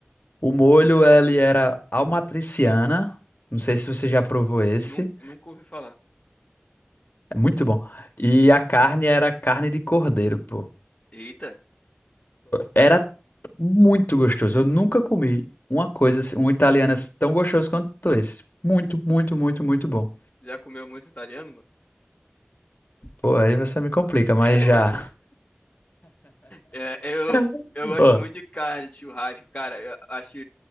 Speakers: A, on the left; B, on the left.
A: o molho, ele era almatriciana, não sei se você já provou esse,
B: Nun- Nunca ouvi falar.
A: é muito bom. E a carne era carne de cordeiro, pô.
B: Eita,
A: Era muito gostoso. Eu nunca comi uma coisa, assim- um italiano assim tão gostoso quanto esse. Muito, muito, muito, muito bom.
B: já comeu muito italiano, mano?
A: Pô, aí você me complica, mas
B: <laughs>
A: já.
B: É, eu,
A: <laughs>
B: eu gosto
A: Pô,
B: muito de carne, de churrasco, cara. Eu acho.